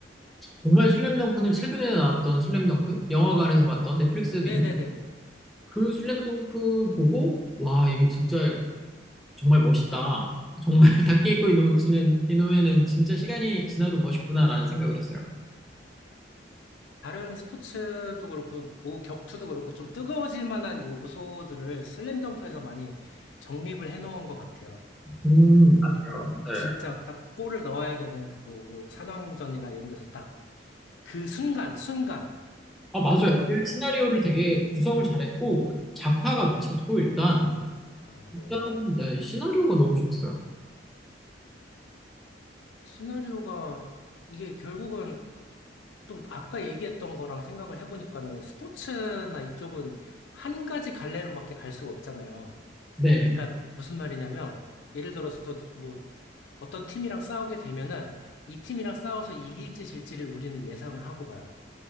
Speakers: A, in the centre; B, on the left (about 70°).
A: 정말 슬램덩크는 최근에 나왔던 슬램덩크? 영화관에서 봤던 넷플릭스에도
B: 네네네네.
A: 있는 그 슬램덩크 보고, 와, 이게 진짜 정말 멋있다. 정말 <laughs> 다케이코 이노우치는, 이노우에는 진짜 시간이 지나도 멋있구나라는 생각을 했어요.
B: 다른 스포츠도 그렇고 뭐 격투도 그렇고 좀 뜨거워질 만한 요소들을 슬램덩크에서 많이 정립을 해놓은 것 같아요.
A: 음,
B: 예를 들어 뭐
A: 요 네.
B: 진짜 딱 골을 넣어야 되는 그 뭐 뭐 산왕전이나 이런 데서 딱 그 순간 순간
A: 아, 맞아요.
B: 그런 것들을
A: 그 시나리오를 되게 구성을 잘했고, 작화가 미쳤고, 일단,
B: 아,
A: 일단,
B: 네.
A: 네, 시나리오가 너무 좋았어요.
B: 시나리오가 이게 결국은 또 아까 얘기했던 거랑 생각을 해보니까는 스포츠나 이쪽은 한 가지 갈래로밖에 갈 수가 없잖아요.
A: 네.
B: 그러니까 무슨 말이냐면 예를 들어서 뭐 어떤 팀이랑 싸우게 되면은 이 팀이랑 싸워서 이길지 질지를 우리는 예상을 하고 봐요.